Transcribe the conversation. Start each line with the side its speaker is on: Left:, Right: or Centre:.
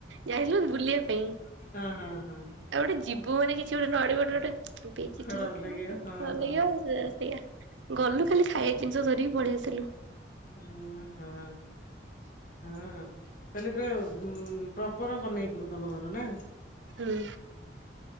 Right: ଯାଇଥିଲୁ ବୁଲିବା ପାଇଁ ଆଉ
Left: ହଁ ହଁ ହଁ ହଁ ହଁ।
Right: ଗୋଟେ ଯିବୁ ମାନେ କିଛି ଗୋଟେ ନ ଆଣିବୁ ଗୋଟେ ଗୋଟେ। ପିଙ୍କି
Left: ଖରାପ
Right: ଥିଲୁ ଖରାପ
Left: ଲାଗିବ ହଁ ହଁ
Right: ଲାଗିବ ଆଉ ସେଇଆ। ଗଲୁ ଖାଲି ଖାଇବା ଜିନିଷ ଧରିକି ପଳେଇ ଆସିଲୁ।
Left: ଓ ହଁ ହଁ ତାହେଲେ ପୁରା। ଉୁଁ ପ୍ରପର କହ୍ନେଇପୁର ତମ ଘର ନା।
Right: ହୁଁ।